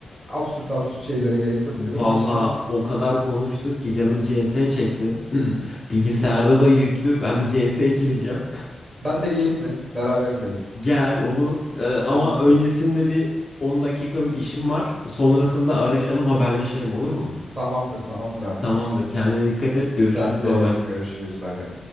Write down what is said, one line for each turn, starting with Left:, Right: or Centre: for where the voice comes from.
Right: Absürt absürt şeylere gerek yok
Left: Vallahi
Right: dedim. O açıdan
Left: o kadar konuştuk ki canım CS çekti. <clears throat> Bilgisayarda da yüklü. Ben bir CS gireceğim.
Right: <laughs> ben de geleyim mi? Beraber girelim.
Left: Gel olur. Ee, ama
Right: Tamamdır.
Left: öncesinde bir 10 dakikalık işim var. Sonrasında araşalım, haberleşelim olur mu?
Right: Tamamdır, tamamdır abi.
Left: Tamamdır. Kendine dikkat et. Görüşürüz.
Right: Sen de
Left: Bay bay.
Right: görüşürüz. Bay bay.